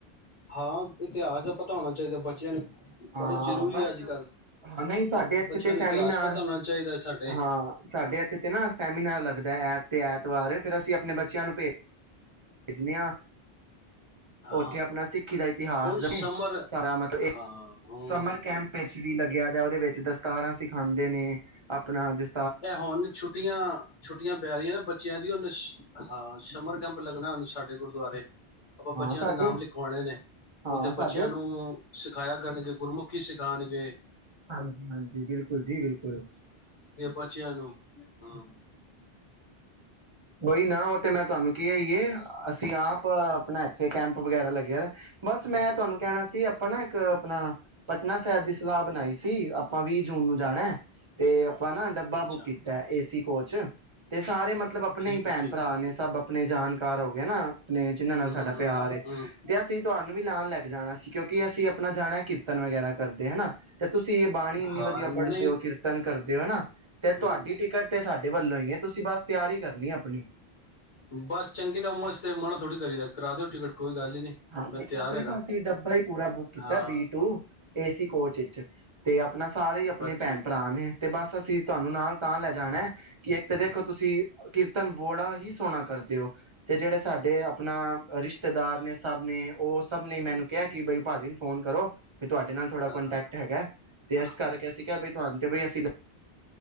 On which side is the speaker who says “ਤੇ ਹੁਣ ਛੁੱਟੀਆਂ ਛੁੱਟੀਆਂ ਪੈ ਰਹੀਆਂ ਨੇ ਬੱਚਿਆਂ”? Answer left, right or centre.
Left